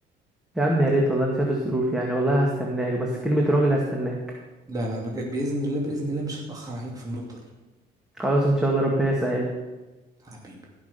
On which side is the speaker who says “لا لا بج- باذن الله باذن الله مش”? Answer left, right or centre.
Right